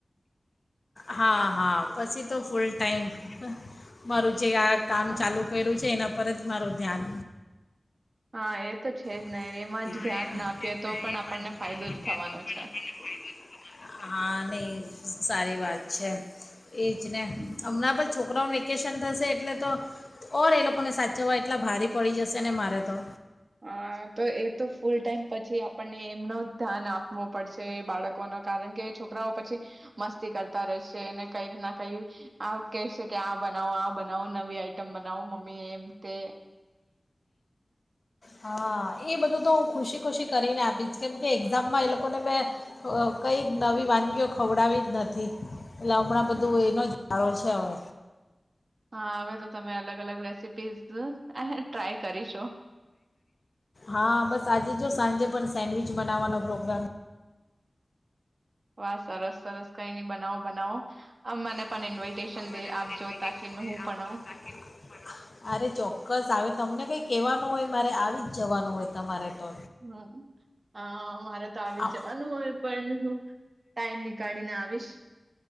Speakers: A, on the left; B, on the right.
A: હા, હા પછી તો ફૂલ ટાઈમ. <inaudible> મારું જે આ કામ
B: હા
A: ચાલુ કયરું છે એના પર જ મારું ધ્યાન
B: હા, એ તો છે જ.
A: <unintelligible>
B: ને એમાં
A: તો પણ
B: જ ધ્યાન આપીએ તો
A: આનણનેા
B: પણ આપણને ફાયદો
A: ફાયદો
B: જ થવાનો છે
A: <unintelligible> હાં નઈ સારી વાત છે. એજ ને
B: હમ.
A: અમના પણ છોકરાઓને વેકેશન થશે એટલે તો ઓર એ લોકોને સાચવવા એટલા ભારે પડી જશે ને મારે તો.
B: અ તો એ તો ફૂલ ટાઈમ પછી આપણને એમનો ધ્યાન આપવો પડશે બાળકો ન કારણ કે છોકરાઓ પછી મસ્તી કરતા રહેશે અને કઈક ના કઈ આ કેહેશે કે આ બનાવો આ બનાવો નવી આઈટમ બનાવો. મ મેં <unintelligible> તે
A: હા એ બધું તો હું ખુશી ખુશી કરીને આપીશ કેમ કે એક્ઝામમાં એ લોકોને મેં અ કંઈક નવી વાનગીઓ ખવડાવી જ નથી. એટલે હમણાં બધું
B: હા
A: એનો જ વારો છે. છેઓ <unintelligible>
B: હા હવે તો તમે અલગ અલગ રેસીપીઝ <unintelligible> ટ્રાય કરીશું.
A: હા બસ આજે જો સાંજે પણ સેન્ડવિચ બનાવાનો પ્રોગ્રામ.
B: વાહ સરસ સરસ કઈ નહી બનાવો બનાવો. અ મને
A: <inaudible>
B: પણ ઇન્વિટેશન દે આપજો તાકી મે હું પણ આવું.
A: અરે ચોક્કસ આવે તમને કઈક કહેવાનું હોય મારે આવી જ જવાનું હોય તમારે. તો
B: હમ્મ અ મારે તો આવી
A: આવ
B: જ જવાનું હોય પણ હું ટાઈમને કાઢીને આવીશ.